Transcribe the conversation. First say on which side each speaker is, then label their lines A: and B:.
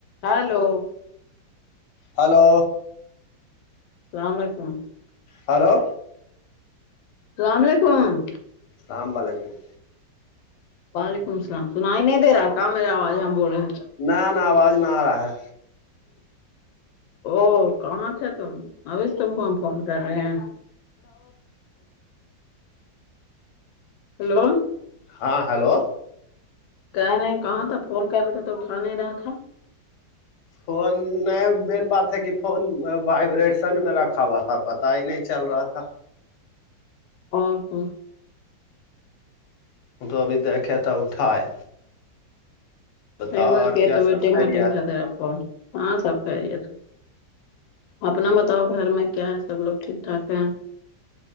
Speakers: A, on the left (about 85°); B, on the left (about 65°).
A: hello
B: hello
A: السلام علیکم
B: hello
A: السلام علیکم
B: السلام علیکم
A: وعلیکم السلام سنائی نہیں دے رہا کیا میری آواز ہم بول رہے ہیں
B: نا نا آواز نہ آ رہا ہے
A: اور کہاں تھے تم ابھی تم کو ہم فون کر رہے ہیں ہیلو
B: ہاں ہیلو
A: کہہ رہے ہیں کہاں تھا فون کر رہے تھے تو اٹھا نہیں رہا تھا
B: فون مین بات ہے کہ فون وائبریشن میں رکھا ہوا تھا پتا ہی نہیں چل رہا تھا
A: او ہو
B: تو ابھی دیکھے تھے اٹھائے بتاؤ
A: ایک بار
B: اور
A: کیے
B: کیا
A: تھے تو ویٹنگ
B: سب خیریت
A: ویٹنگ تھے آپ تو ہاں سب خیریت ہے اپنا بتاؤ گھر میں کیا ہے سب لوگ ٹھیک ٹھاک ہیں